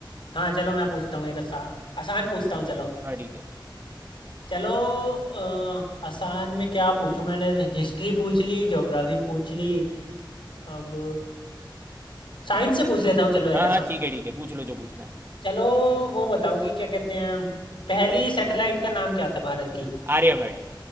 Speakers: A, on the left; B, on the right.
A: हाँ चलो मैं पूछता हूँ एक आसा, आसान पूछता हूँ चलो
B: हाँ ठीक है
A: चलो अ, आसान में क्या पूछूं मैंने हिस्ट्री पूछ ली ज्योग्राफी पूछ ली अब साइंस से पूछ लेता हूँ चलो एक
B: हाँ
A: आसान
B: हाँ ठीक है ठीक है पूछ लो जो पूछना है
A: चलो वो बताओ कि क्या कहते हैं पहली सैटेलाइट का नाम क्या था भारत की
B: आर्यभट्ट